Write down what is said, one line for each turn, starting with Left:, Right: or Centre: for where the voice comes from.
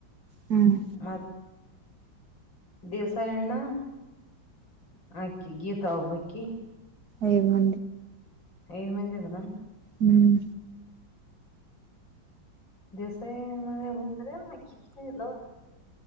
Right: ಹ್ಮ್
Left: ಮತ್ತ ದೇವಸಾಯಣ್ಣ ಆಕಿ ಗೀತಾ ಒಬ್ಬಕಿ
Right: ಐ ಮಿ
Left: ಐದ ಮಂದಿ ಇದಾರ
Right: ಹ್ಮ್
Left: ದಿವಸೆ ಮೆ ಬಂದು ಇದ ಕ ಕಿ ಬ ಹಲ್ಲಾವಾ